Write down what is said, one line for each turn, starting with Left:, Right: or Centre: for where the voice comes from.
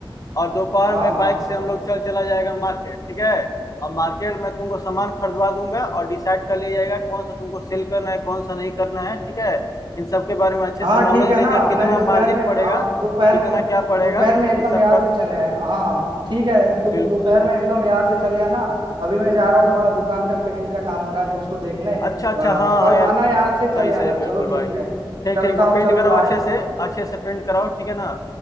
Right: हाँ
Left: और दोपहर
Right: हाँ
Left: में
Right: हाँ,
Left: बाइक से
Right: च-
Left: हम लोग चल चला जाएगा मार्केट ठीक है और मार्केट में तुमको सामान खरीदवा दूंगा और डिसाइड कर लिया जाएगा कौन सा तुमको सेल करना है कौन सा नहीं करना है ठीक है इन सब के बारे में अच्छे
Right: हाँ
Left: से नॉलेज
Right: ठीक है
Left: लेकर
Right: ना
Left: कितना
Right: मैं दोपहर
Left: मार्जिन
Right: में
Left: पड़ेगा
Right: हाँ दोपहर
Left: कितना
Right: में
Left: क्या पड़ेगा
Right: दोपहर में एकदम
Left: इस सब
Right: याद
Left: का
Right: से चले आए हाँ ठीक है तुम
Left: बिल्कुल
Right: दोपहर में एकदम याद से चले आना अभी मैं जा रहा हूँ थोड़ा दुकान का पेंट का काम हो रहा है तो उसको देखने
Left: अच्छा अच्छा
Right: आ,
Left: हाँ
Right: कल
Left: हाँ यार
Right: आना याद से चले
Left: सही सही
Right: आना
Left: बिल्कुल
Right: चलो
Left: भाई
Right: ठीक है
Left: ठीक
Right: चलता
Left: ठीक तो
Right: हूँ
Left: पेंट
Right: चलो
Left: कराओ
Right: बाय
Left: अच्छे से अच्छे से पेंट कराओ ठीक है ना